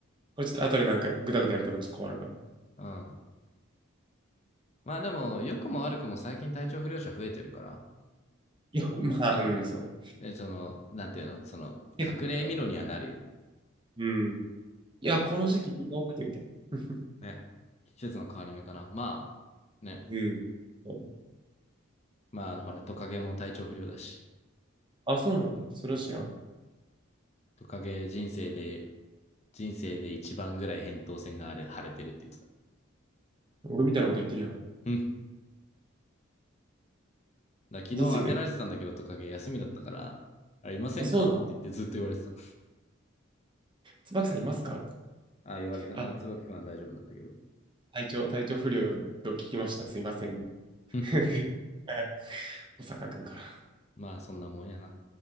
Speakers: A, on the right; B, on the left.
A: れちょっと後でなんかぐだぐだやりたもちょっと困るから。
B: うん。まあでも、良くも悪くも最近体調不良者増えてるから、
A: いや、まあ、うん、そうね。
B: え、その、なんていうのその、
A: 結構、
B: 隠れ蓑にはなるよ。
A: うん。いや、
B: 感じかな。
A: この時期みんな多くてみたいな。<laughs>
B: ね。季節の変わり目かな。まあ、ね。
A: うん。そうね
B: まあ、あの、ほら、トカゲも体調不良だし。
A: あ、そうなんだ。それは知らん。
B: そうそう。トカゲ人生で、人生で一番ぐらい扁桃腺があれ、腫れてるって言ってた。
A: 俺みたいなこと言ってるやん。
B: うん。だから昨日当てられてたんだけど、
A: 人生で。
B: トカゲ休みだったから、あれ、いませんかって言ってずっと言われてた。
A: あ、そうなんだ。椿さんいますか
B: <laughs> ああ、言われてる。
A: あ、
B: 椿君は大丈夫だったけど。
A: 体調、体調不良と聞きました。すいません。<laughs>
B: うん。
A: で、え小坂くんから。
B: まあ、そんなもんやな。